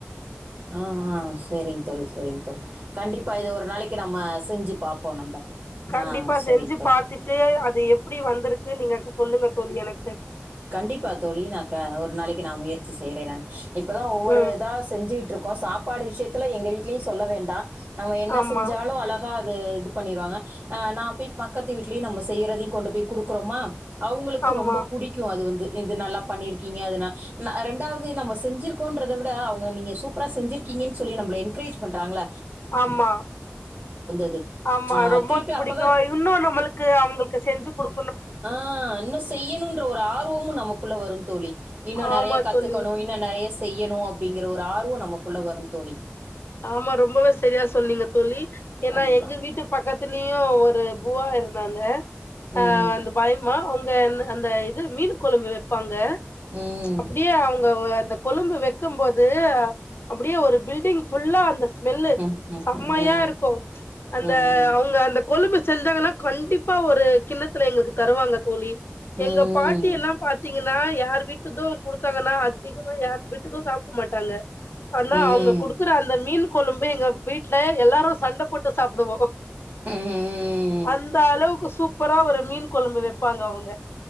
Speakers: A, on the right; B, on the left.
A: ஆ ஆ சரிங் தோழி சரிங் தோழி கண்டிப் இப்போ இது ஒரு நாளைக்கு நம்ம செஞ்சு பாப்போ நம்ப
B: கண்டிப்பா
A: ஆ சரிங்க
B: செஞ்சு
A: தோழி
B: பாத்துட்டு அது எப்டி வந்திருக்கு நீங்க சொல்லுங்க தோழி எனக்
A: கண்டிப்பா தோழி நா க ஒரு நாளைக்கு நா முயற்சி செய்யுறே நானு இப்பதா ஒவ்வொரு
B: ம்
A: இதா செஞ்சுகிட்ருக்கோ சாப்பாடு விஷயத்துல எங்க வீட்லயு சொல்ல வேண்டா நம்ம என்ன
B: ஆமா
A: செஞ்சாலு அழகா அது இது பண்ணிருவாங்க ஆ நா போய் பக்கத்து வீட்லயு நம்ம செய்யறதையு கொண்டு போய் குடுக்குறோமா அவங்களுக்கு
B: ஆமா
A: ரொம்போப் அது வந்து இது நல்லா பண்ணிருக்கீங்க அதன நா ரெண்டாவது நம்ம செஞ்சிருக்கோன்றத விட அவங்க நீங்க சூப்பரா செஞ் செஞ்சிருக்கிங்க ன்னு சொல்லி நம்மள என்கரேஜ் பண்றாங்கள
B: ஆமா
A: அது
B: ஆமா
A: ஆஹ்
B: ரொம்ப
A: திருப்பி
B: பிடிக்கு
A: அப்போ தான்
B: இன்னு நம்மளுக்கு அவங்களுக் செஞ்சி குடு
A: ஆ இன்னு செய்யணும்ன்ற ஒரு ஆர்வமு நமக்கு குள்ள வரு தோழி இன்னு
B: ஆமா
A: நெறைய கத்துக்கணு
B: தோழி
A: இன்னு நெறைய செய்யணு அப் அப்படிங்கிற ஒரு ஆர்வ நமக்குள்ள வரு தோழி
B: ஆமா ரொம்பவே சரியா சொன்னீங்க தோழி ஏன்னா
A: கண்டிப்பா.
B: எங்க வீட்டு பக்கத்துல யு ஒரு பூவா இருந்தாங்க அ
A: ம்.
B: அந்த பாயம்மா உங் க அந்த இது மீன் கொழம்பு வைப்பாங்க
A: ம்.
B: அப்படியே அவங்க அந்த கொழம்பு வைக்கும் போது அப்டியே ஒரு பில்டிங் ஃபுல்லா அந்த ஸ்மெல்லு
A: ம். ம்.
B: செம்மையா
A: ம்.
B: இருக்கு அந்த
A: ம்.
B: அவங்க அந்த கொழம்பு செஞ்சாங்கன்னா கண்டிப் இப்ப ஒரு கிண்ணத்துல எங்களுக்கு தருவாங்க தோழி
A: ம்.
B: எங்க பாட்டி எல்லா பாத்தீங்கன்னா யாரு வீட்டுது குடுத்தாங்கன்னா அதிகமா யார் வீட்டுது சாப்ட மாட்டாங்க ஆனா
A: ம். ம்.
B: அவங்க குடு அந்த மீன் கொழம்பு எங்க வீட்ல எல்லாரு சண்ட போட்டு சாப்டுவோ
A: ம்.
B: அந்த அளவுக்கு சூப்பரா ஒரு மீன் கொழம்பு வைப்பாங்க அவங்க